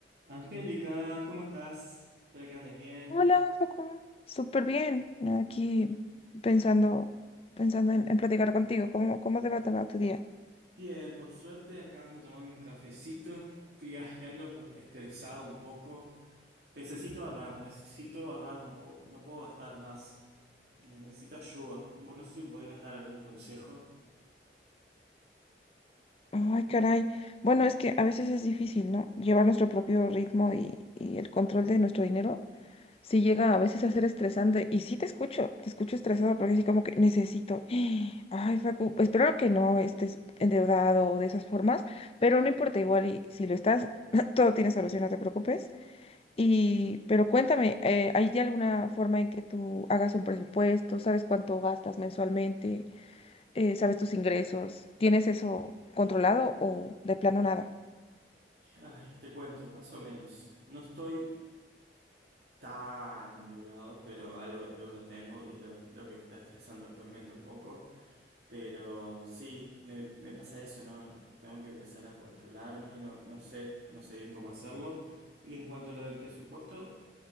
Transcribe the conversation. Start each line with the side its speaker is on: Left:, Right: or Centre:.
Right: Angélica, ¿cómo estás? Espero que andes bien.
Left: Hola, Joaquín. Súper bien. Aquí pensando, pensando en, en platicar contigo. ¿Cómo, cómo te va, te va tu día?
Right: Bien, por suerte acá ando tomando un cafecito, viajando co- estresado un poco. Necesito ahorrar, necesito ahorrar, no, po- no puedo gastar más. Ne- Necesito ayuda. Vos no sé si me podrías dar algún consejo.
Left: Ay, caray. Bueno, es que a veces es difícil, ¿no? Llevar nuestro propio ritmo y, y el control de nuestro dinero. Sí llega a veces a ser estresante. Y sí te escucho, te escucho estresado porque así como que necesito. <gasps> Ay, Facu, espero que no estés endeudado o de esas formas, pero no importa, igual y si lo estás, <laughs> todo tiene solución, no te preocupes. Y, pero cuéntame, eh, ¿hay de alguna forma en que tú hagas un presupuesto? ¿Sabes cuánto gastas mensualmente? Eh, ¿sabes tus ingresos? ¿Tienes eso controlado o de plano nada?
Right: Ay, te cuento, más o menos. No estoy tan endeudado, pero algo de deuda tengo y es lo, lo que me está estresando actualmente un poco. Pero sí, me, me pasa eso, ¿no? Tengo que empezar a controlarme, no, no sé, no sé bien cómo hacerlo. Y en cuanto a lo del presupuesto,